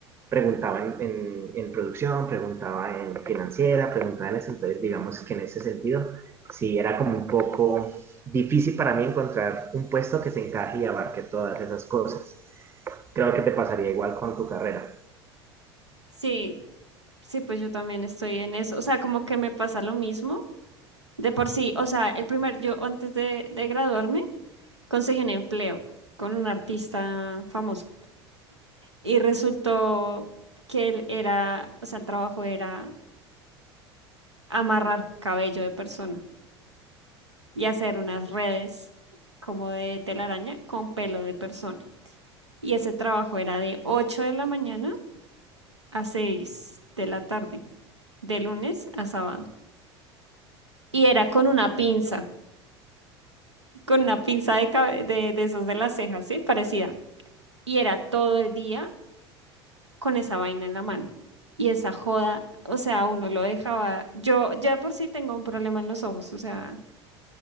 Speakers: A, on the right; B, on the right.
A: preguntaba en, en- en producción, preguntaba en financiera, preguntaba en eso, entonces digamos que en ese sentido sí era como un poco difícil para mí encontrar un puesto que se encaje y abarque todas esas cosas. Creo que te pasaría igual con tu carrera.
B: Sí, sí, pues yo también estoy en eso. O sea, como que me pasa lo mismo. De por sí, o sea, el primer, yo antes de, de graduarme, conseguí un empleo con un artista famoso. Y resultó que él era, o sea, el trabajo era amarrar cabello de persona y hacer unas redes como de telaraña con pelo de persona. Y ese trabajo era de 8 de la mañana a 6 de la tarde, de lunes a sábado. Y era con una pinza, con una pinza de, cabe- de, de esos de las cejas, ¿sí? Parecida. Y era todo el día con esa vaina en la mano. Y esa joda, o sea, uno lo dejaba. Yo ya por sí tengo un problema en los ojos, o sea,